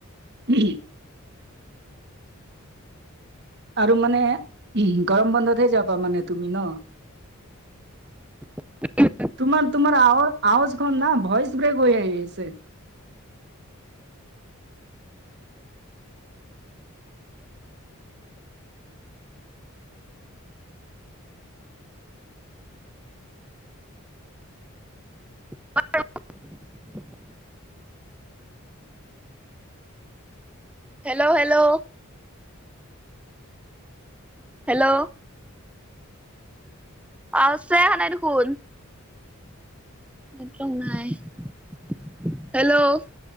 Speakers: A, on the right; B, in the centre.
A: <unintelligible> আৰু মানে উ গৰম বন্ধতহে যাবা মানে তুমি ন?
B: <unintelligible>
A: তোমাৰ তোমাৰ আ আৱাজখন না ভইচ ব্ৰেক হৈ আহি আছে।
B: <unintelligible> Hello, hello, hello? আউছে আহা নাই দেখোন। নেটৱৰ্ক নাই, হেলো?